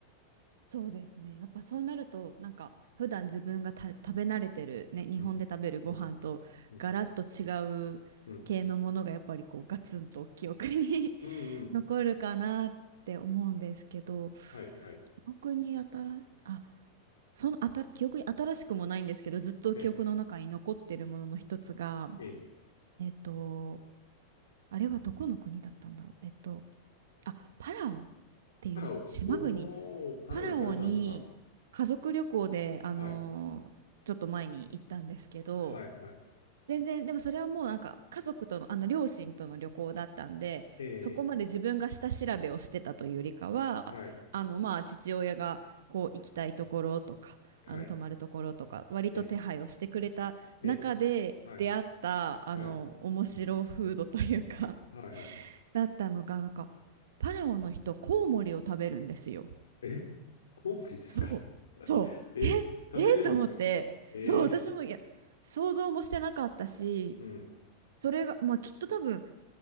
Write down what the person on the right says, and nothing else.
そうですね。やっぱそうなると、なんか普段自分がた食べ慣れてるね、日本で食べるご飯とガラッと違う系のものがやっぱりこうガツンと記憶に
<laughs> 残るかなって思うんですけど、
記憶に新し、あ、そのあた、記憶に新しくもないんですけど、ずっと記憶の中に残ってるものの一つが、
えっと、あれはどこの国だったんだろう。えっと、あ、パラオっていう島国
パラオに家族旅行で、あのーちょっと前に行ったんですけど、
全然、でもそれはもうなんか家族との、あの両親との旅行だったんで、
そこまで自分が下調べをしてたというよりかは、
あのまあ父親がこう行きたいところとか、
あの泊まるところとか、割と手配をしてくれた中で出会った、
あの、
面白フードというか、
だったのが、なんか、パラオの人、コウモリを食べるんですよ。
そう、
そう、
え、
えと思って、そう、私も、いや、想像もしてなかったし、
それが、まあ、きっと多分、